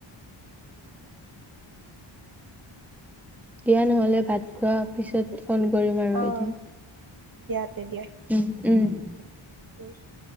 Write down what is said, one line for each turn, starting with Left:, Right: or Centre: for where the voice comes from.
Right: উম <unintelligible>
Centre: দিয়া, নহ'লে ভাত খোৱা পিছত ফোন কৰিম আৰু
Right: অঁ
Centre: এদিন। <unintelligible>
Right: দিয়া তে দিয়া। <unintelligible>
Centre: উম-উম <unintelligible>
Right: উম <unintelligible>